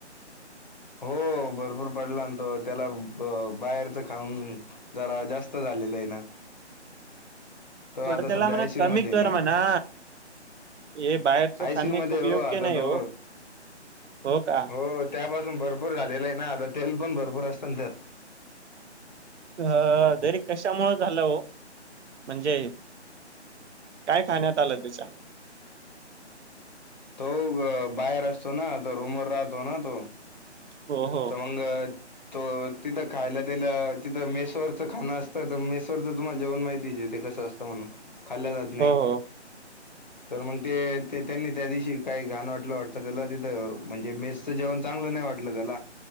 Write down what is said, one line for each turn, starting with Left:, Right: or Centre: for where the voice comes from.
Left: हो. भरपूर पडला ना तो. त्याला बाहेरच खाऊन. जरा जास्त झालेलं आहे ना. तो
Right: थोडं
Left: आता
Right: त्याला
Left: सध्या
Right: म्हणा
Left: आयसीयू
Right: कमी
Left: मध्ये आहे
Right: कर
Left: ना
Right: म्हणा. हे बाहेरच
Left: आयसीयू
Right: खाणे
Left: मध्ये
Right: खूप
Left: हो
Right: योग्य
Left: आता
Right: नाही
Left: तो
Right: ओ. हो का.
Left: हो. त्यापासून भरपूर झालेलं आहे ना आता. तेल पण भरपूर असतं ना त्यात.
Right: अ तरी कशामुंळ झालं हो म्हणजे? काय खाण्यात आलं त्याच्या?
Left: तो बाहेर असतो ना तर रूमवर राहतो ना तो.
Right: हो, हो
Left: तर मंग त तिथं खायला त्याला तिथं मेसवरचं खाण असतं तर मेसवरचं तुम्हाला जेवण माहिती आहे ते कसं अस म्हणून खाल्ल्या जात
Right: हो
Left: नाही
Right: हो
Left: तर मग ते त्यांनी त्या दिवशी काही घाण वाटलं वाटतं त्याला तिथं म्हणजे मेस जेवण चांगलं नाही वाटलं त्याला